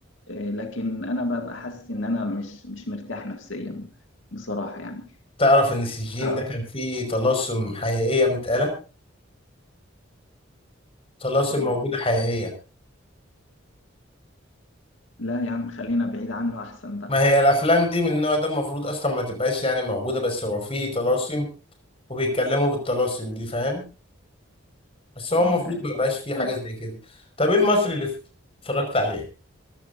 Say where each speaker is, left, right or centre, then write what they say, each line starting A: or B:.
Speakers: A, on the left; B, on the left.
A: آه، لكن انا ببقى حاسس ان انا مش مش مرتاح نفسيا بصراحة يعني
B: تعرف إن السجين
A: اه
B: ده كان فيه طلاسم حقيقية متقالة طلاسم
A: آه.
B: موجودة حقيقية
A: لا يا عم خلينا بعيد عنه احسن بقى
B: ما هي الأفلام دي من النوع ده المفروض أصلا ما تبقاش يعني موجودة بس هو فيه طلاسم وبيتكلموا بالطلاسم دي فاهم؟ بس هو
A: اه
B: المفروض
A: فاهم
B: ما يبقاش فيه حاجة
A: طيب
B: زي كده طب إيه المصري اللي اتفرجت عليه؟